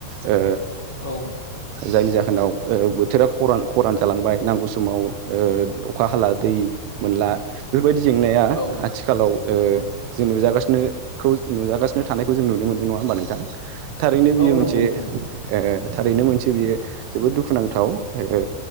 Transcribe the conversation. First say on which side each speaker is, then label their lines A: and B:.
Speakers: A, on the right; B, on the left.
A: ओ
B: औ
A: जायनि जाहोनाव ओ बोथोरा खरान खरान जालांबाय नांगौ समाव ओ अखा हाला दै मोनला। बेफोरबायदि जेंनाया
B: औ
A: आथिखालाव ओ
B: औ
A: जों नुजागासिनोखौ नुजागासिनो थानायखौ जों नुनो मोननाय नङा होमबा नोंथां? थारैनो बियो
B: औ
A: मोनसे
B: नंगौ नोंथां
A: ओ थारैनो मोनसे बियो जोबोद दुखुनांथाव ओ